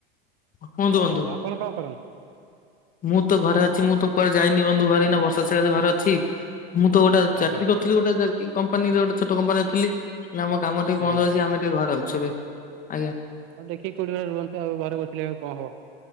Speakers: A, on the left (about 25°); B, on the right (about 45°).
A: କୁହନ୍ତୁ
B: ହଉ
A: ବନ୍ଧୁ
B: ହଉ ଆପଣ କଣ କରନ୍ତି?
A: ମୁଁ ତ ଘରେ ଅଛି ମୁଁ ତ କୁଆଡେ ଯାଇନି ବନ୍ଧୁ ଘରେ ଏଇନେ ବର୍ଷସାରା ଘରେ ଅଛି। ମୁଁ ତ ଗୋଟେ
B: ଆଜ୍ଞା
A: ଚାକିରି
B: ଆଜ୍ଞା
A: କରିଥିଲି ଗୋଟେ କମ୍ପାନୀରେ ଗୋଟେ ଛୋଟ କମ୍ପାନୀରେ ଥିଲି ଏଇନା ଆମ କାମ ଟିକେ
B: ଆଜ୍ଞା
A: ବନ୍ଦ
B: ଆଜ୍ଞା
A: ଅଛି ଆମେ କିଏ ଘରେ ଅଛୁ ବେ ଆଜ୍ଞା
B: ଆଉ ଦେଖିକି କୋଉଠି ଗୋଟେ ରୁହୁନ୍ତୁ ଆଉ ଘରେ ବସିଲେ କଣ ହବ?